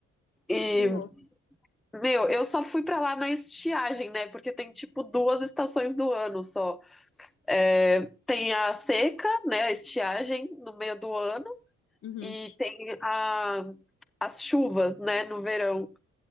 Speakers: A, in the centre; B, on the left.
A: E,
B: Que louco.
A: meu, eu só fui pra lá na estiagem, né? Porque tem tipo duas estações do ano só. É, tem a seca, né, a estiagem no meio do ano
B: Uhum.
A: e tem a, as chuvas, né, no verão.